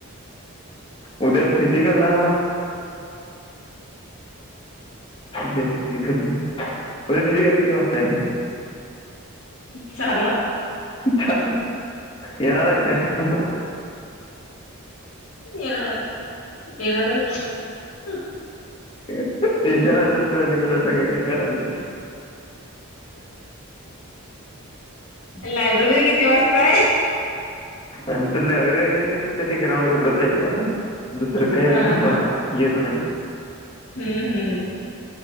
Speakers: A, on the left (about 25°); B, on the left (about 70°).
A: उद्या फिजिकलला ब फिजिकली म्हजे फिजिकल किती वाजता आहे
B: चाारला
A: चा येणार आहेच का मग
B: येणार येणार हम
A: शा म्हणार तो आणि कुणा सग काय करायली
B: लायब्ररी किती वाजताय
A: आमच लवर फक्त ते ग्राउंड एवढंच आहे बघ आता दुसरं काय
B: हा हा
A: यच नाही
B: हम्म हम्म